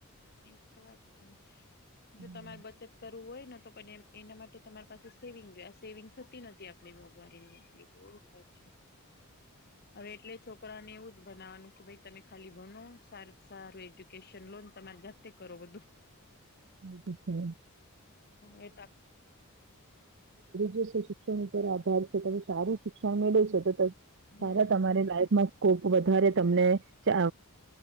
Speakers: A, on the left; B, on the right.
A: એજ તો વાત છે
B: હમ
A: જો તમારે બચત કરવું હોય. પણ એના માટે તમારી પાસે સેવિંગ આ સેવિંગ થતી નથી આપ મોંઘવારી થાય છે હવે એટલે છોકરાને એવું જ બનાવાનું કે ભાઈ તમે ખાલી ભણો સ સારું એજ્યુકેશન લોન તમારે જાતે કરો બધું
B: જે બધું
A: હમ્મ એ તો
B: જ શિક્ષ આભાર છે તમે સારું શિક્ષણ મેળવ છો તો ત
A: હમ
B: સારા તમારી લાઈફમાં કોપ વધારે તમને તો